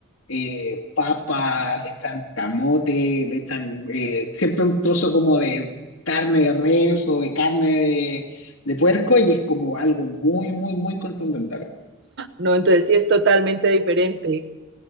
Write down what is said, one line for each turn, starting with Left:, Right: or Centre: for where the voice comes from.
Left: eh, papa, le echan camote, le echan eh, siempre un trozo como de carne de res o de carne de, de puerco y es como algo muy, muy, muy contundente acá.
Right: No, entonces sí es totalmente diferente.